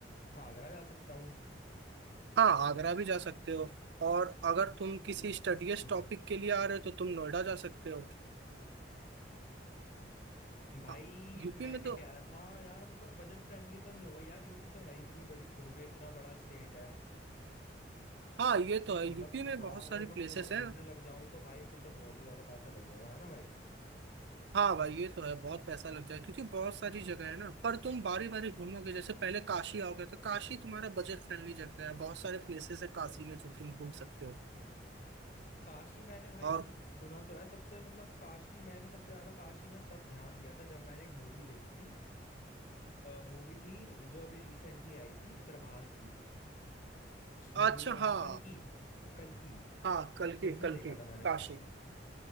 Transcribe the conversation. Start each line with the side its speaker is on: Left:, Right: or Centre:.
Left: आगरा जा सकता हूँ
Right: हाँ आगरा भी जा सकते हो और अगर तुम किसी स्टडीज
Left: <clears throat>
Right: टॉपिक के लिए आ रहे हो तो तुम नोएडा जा सकते हो
Left: भाई
Right: हाँ, यूपी
Left: मैं
Right: में
Left: क्या
Right: तो
Left: कह रहा था यार मतलब बजट फ्रेंडली तो नहीं होगा यार यूपी तो है ही इतनी बड़ी खुद में इतना बड़ा स्टेट है
Right: हाँ ये तो है यूपी
Left: मतलब वहां
Right: में बहुत सारी
Left: अगर मैं
Right: प्लेसेस
Left: पूरा घूमने
Right: हैं
Left: लग जाऊं तो भाई फिर तो बहुत ही ज्यादा पैसा लग जाएगा है ना भाई
Right: हाँ भाई ये तो है बहुत पैसा लग जाए क्योंकि बहुत सारी जगह है ना पर तुम बारी बारी घूमोगे जैसे पहले काशी आओगे तो काशी तुम्हारा बजट फ्रेंडली जगह है बहुत सारे प्लेसेस है काशी में जो तुम घूम सकते हो
Left: काशी मैंने भाई
Right: और
Left: सुना तो है सबसे मतलब काशी मैंने सबसे ज्यादा काशी में तब ध्यान दिया था जब मैंने एक मूवी देखी थी मूवी थी जो अभी रिसेंटली आई थी प्रभास की मूवी
Right: अच्छा
Left: का नाम
Right: हाँ
Left: कल्कि कल्कि
Right: हाँ कल्कि
Left: उसमें
Right: कल्कि
Left: देखा था मैंने
Right: काशी
Left: काशी